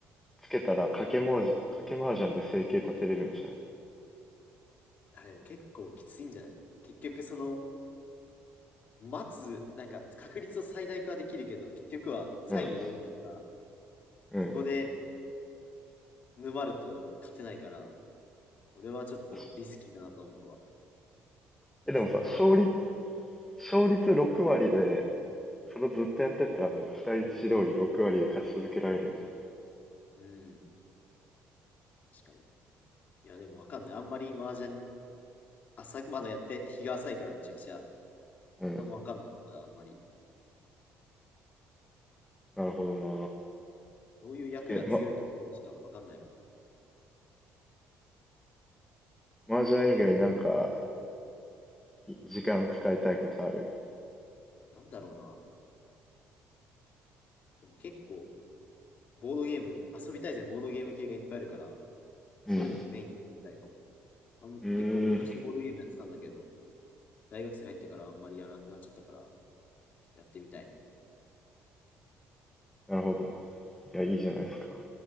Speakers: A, in the centre; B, on the left.
A: つけたら賭け麻雀、賭け麻雀で生計立てれるんじ
B: あ、でも結構きついんじゃない結局、その、待つ、なんか確率を最大化できるけど、結局は最後が運だから、
A: ゃないうん。
B: そこで
A: うん。確か
B: 沼ると勝てないから、俺はちょっとリスキーだなと思うわ。
A: にえ、
B: 水物だと思
A: でもさ、勝率、勝率6割で、それをずっとやってったらもう期待値通り6割で勝ち続けられるんじ
B: う。うん、確かに。いや、でもわかんない。あんまり麻雀、朝、まだやって、日が浅いからめちゃくちゃ、
A: ゃないうん。
B: なんもわかんないなまだあんまり。
A: なるほどな。
B: どういう役が強いとかしかわかんないわ。
A: え、ま、麻雀以外なんか、い時間使いたいことある
B: なんだろうな。でも結構、ボードゲーム、遊びたいぜ、ボードゲーム系がいっぱいあるから、
A: うん。
B: そういうのにメインにやっていきたいかも。
A: う
B: あん結構昔ボードゲームやってたんだけど、
A: ーん。
B: 大学生入ってからあんまりやらなくなっちゃったから、やってみたい。
A: なるほどな。いや、いいじゃないですか。